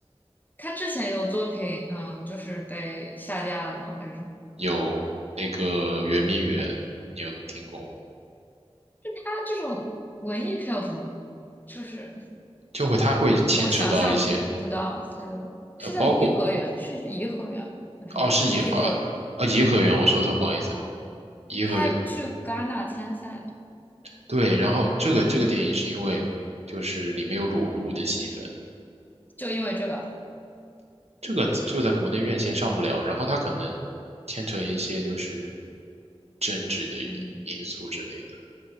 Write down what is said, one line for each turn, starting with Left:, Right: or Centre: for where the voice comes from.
Left: 他之前有作品，嗯，就是被下架了吗？还是什么？
Right: 有那个圆明园，你有听过吗？
Left: 他这种文艺票有什么？就是。
Right: 就会他会牵扯到一些
Left: 我想象不到它的，是叫颐和园，
Right: 呃，包括
Left: 是颐和园还是园？
Right: 哦，是颐呃啊颐和园，
Left: 颐和，
Right: 我说错，不好意思。
Left: 哦，
Right: 颐和园，
Left: 他还去戛纳参赛呢，
Right: 对，然后这个这个电影是因为就是里面有裸露的戏份，
Left: 就因为这个，
Right: 这个就在国内院线上不了，然后它可能牵扯一些就是政治的因因素之类的，
Left: 嗯